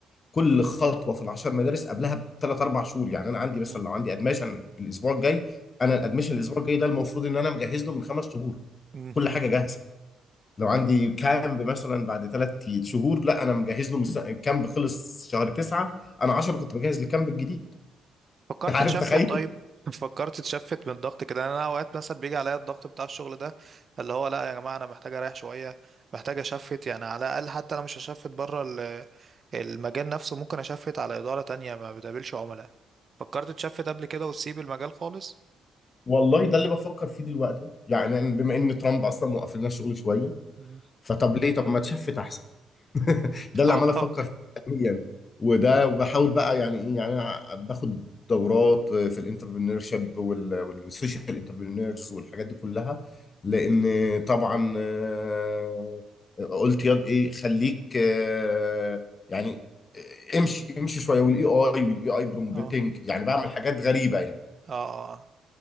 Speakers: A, on the left; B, on the right.
A: لكل خطوه في ال 10 مدارس قبلها بثلاث اربع شهور يعني انا عندي مثلا
B: مم.
A: لو عندي ادمشن الاسبوع الجاي انا الادمشن الاسبوع الجاي ده المفروض ان انا مجهز له من خمس شهور
B: مم.
A: كل حاجه جاهزه لو عندي كامب مثلا بعد ثلاث شهور لا انا مجهز له من الس- الكامب خلص شهر تسعة انا 10 كنت بجهز للكامب الجديد <laughs>
B: فكرت
A: عارف
B: تشفت
A: تخيل
B: طيب فكرت تشفت من الضغط كده يعني انا اوقات مثلا بيجي عليا الضغط بتاع الشغل ده اللي هو لا يا جماعه انا محتاج اريح شويه محتاج اشفت يعني على الاقل حتى انا مش هشفت بره ال- المجال نفسه ممكن اشفت على اداره تانية ما بتقابلش عملاء فكرت تشفت قبل كده وتسيب المجال خالص
A: والله ده اللي بفكر فيه دلوقتي يعني بما ان ترامب اصلا موقف لنا الشغل شويه
B: مم.
A: فطب ليه طب ما تشفت احسن <laughs>
B: <laughs>
A: ده اللي عمال افكر
B: اه
A: فيه حاليا وده وبحاول بقى يعني ايه يعني انا باخد دورات في الانتربرينور شيب والسوشيال انتربرينورز والحاجات دي كلها لان طبعا آه، قلت ياض ايه خليك آه، يعني آه، امشي امشي شويه والاي اي والاي اي برومبتنج
B: اه
A: يعني بعمل حاجات غريبه يعني
B: اه